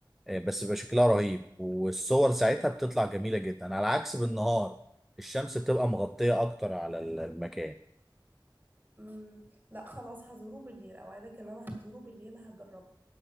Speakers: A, in the centre; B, on the right (about 25°).
A: إيه، بس بيبقى شكلها
B: أها.
A: رهيب والصور ساعتها بتطلع جميله جدا على عكس بالنهار الشمس بتبقى مغطيه اكتر على ال- المكان
B: مم. لا خلاص هزوره بالليل اوعدك ان انا هزوره بالليل هجربه